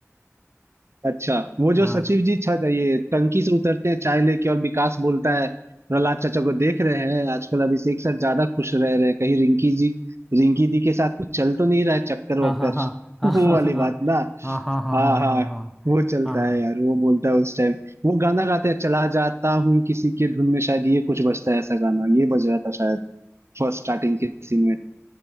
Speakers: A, on the right; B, in the centre.
A: अच्छा वो जो
B: हाँ
A: सचिव जी छत ये टंकी से उतरते हैं चाय लेके और विकास बोलता है प्रहलाद चाचा को देख रहे हैं आजकल अभिषेक सर ज्यादा खुश रह रहे हैं कहीं रिंकी जी रिंकी दी के साथ कुछ चल तो नहीं रहा है चक्कर वक्कर
B: हाँ हाँ हाँ हाँ
A: <laughs> वो वाली
B: हाँ
A: बात ना
B: हाँ हाँ हाँ
A: हाँ
B: हाँ
A: हाँ
B: हाँ हाँ
A: वो चलता
B: हाँ हाँ।
A: है यार वो बोलता है उस टाइम वो गाना गाते हैं चला जाता हूँ किसी के धुन में शायद ये कुछ बजता है ऐसा गाना ये बज रहा था शायद फर्स्ट स्टार्टिंग के सीन में